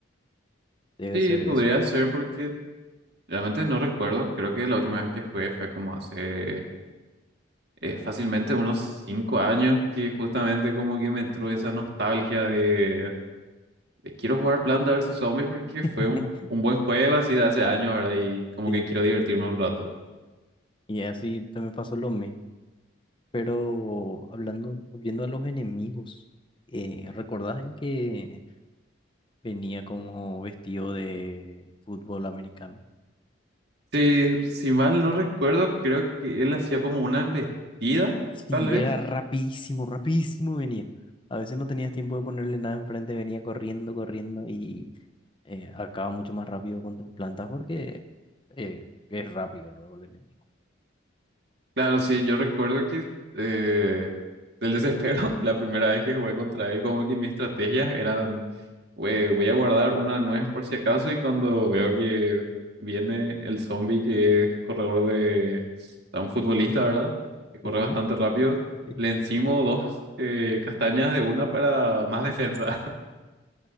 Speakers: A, on the left; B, on the right.
A: Debe
B: Sí,
A: ser
B: podría
A: eso.
B: ser porque realmente no recuerdo, creo que la última vez que jugué fue como hace... eh, fácilmente unos cinco años que justamente como que me entró esa nostalgia de, de quiero jugar Planta vs Zombies porque
A: <laughs>
B: fue un, un buen juego así de hace años, ¿verdad? Y como
A: Sí,
B: que quiero divertirme un rato.
A: y así te me pasó lo mismo. Pero hablando, volviendo a los enemigos, eh, ¿recordás el que venía como vestido de fútbol americano?
B: Sí, si mal no recuerdo, creo que él hacía como una embestida,
A: Sí,
B: tal vez.
A: era rapidísimo, rapidísimo venía. A veces no tenías tiempo de ponerle nada enfrente, venía corriendo, corriendo y eh, acaba mucho más rápido con tus plantas porque eh, es rápido luego el enemigo.
B: Claro, sí, yo recuerdo que eh, del desespero, <laughs> la primera vez que jugué contra él, como que mis estrategias eran, "Güey, voy a guardar una nuez por si acaso y cuando veo que viene el zombie que es corredor de, de un futbolista, ¿verdad? Que corre
A: Ujú.
B: bastante rápido,
A: Sí.
B: le encimo dos eh, castañas de una para más defensa. <laughs>